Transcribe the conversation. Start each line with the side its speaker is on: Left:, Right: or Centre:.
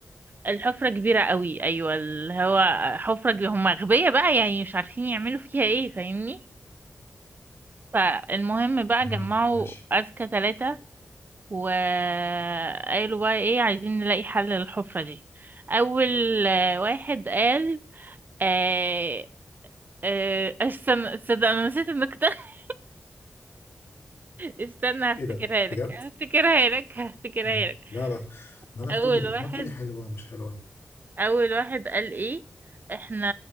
Right: الحفرة كبيرة قوي أيوة اللي هو حفرة كبيرة هم أغبياء بقى يعني مش عارفين يعملوا فيها إيه فاهمني فالمهم بقى
Left: مم،
Right: جمعوا
Left: ماشي
Right: أذكى ثلاثة وقالوا بقى ايه عايزين نلاقي حل للحفرة دي اول آه، واحد قال آه آه استنى تصدق انا نسيت النكتة <laughs> استنى هفتكرها
Left: إيه ده؟
Right: لك
Left: بجد؟
Right: هفتكرها لك هفتكرها
Left: مم.
Right: لك
Left: لا لا ما أنا
Right: اول
Left: أفتكر إيه؟
Right: واحد
Left: ما تقولي حلوة ومش حلوة
Right: اول واحد قال ايه احنا